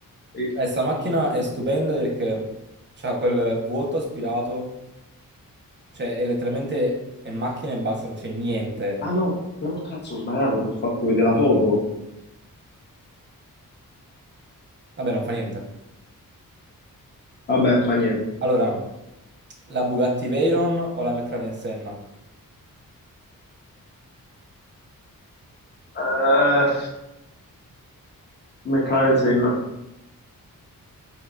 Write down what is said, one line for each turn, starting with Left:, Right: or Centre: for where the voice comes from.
Left: e-
Right: Eh, sta macchina è stupenda perché c'ha quel vuoto aspirato. Cioè, è letteralmente è macchina e basta, non c'è niente.
Left: Ah no, però cazzo, ho sbagliato, ti ho fatto vedere la foto.
Right: Vabbè, non fa niente.
Left: Vabbè, fa niente.
Right: Allora, la Bugatti Veyron o la McLaren Senna?
Left: Eh, McLaren Senna.